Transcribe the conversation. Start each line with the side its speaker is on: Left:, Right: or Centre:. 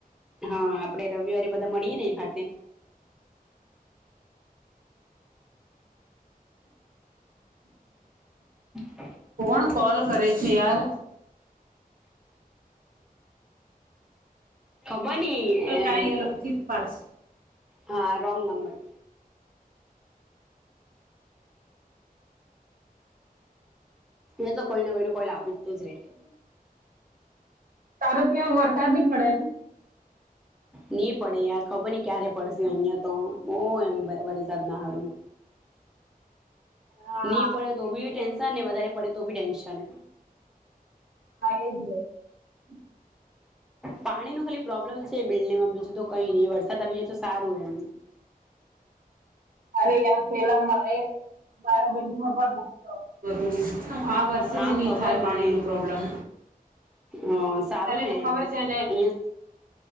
Centre: હા આપડે રવિવારે બધા મળીએ ને એક હાતે. <unintelligible>
Right: કોણ કોલ કરે છે યાર.
Centre: બની એમ
Right: કઈ એ લોકો થી પાછ
Centre: હા રોંગ નંબર. એ તો કોઈને કોઈને કોઈ લ આપી તુજરે.
Right: તારો ત્યાં વરસાદ ની પડે એમ.
Centre: નહી પડે યાર ખબર નઈ ક્યારે પડશે અહિયાં તો બ એમ વરસાદ ના હારું.
Right: હા
Centre: નહી પડે તો બીન્. ને વધારે પડે તો ભી ટેન્શન.
Right: હા એજ. હમ <unintelligible>
Centre: પાણી ન ખાલી પ્રોબ્લેમ છે બિલ્ડીંગમાં બીજું તો કઈ નહી વરસાદ આવી જાય તો સારું એમ.
Right: અરે પેલા મારે. મારા બિલ્ડિંગમાં પણ બ હતું આ વર્ષે
Centre: હા
Right: જ નહી
Centre: ખબર
Right: થાય
Centre: મને
Right: પાણી
Centre: એ
Right: ન
Centre: તો
Right: પ્રોબ્લમ
Centre: હ સારું
Right: તને
Centre: ને
Right: તો
Centre: એમ
Right: ખબર
Centre: અહિયાં
Right: છે ને.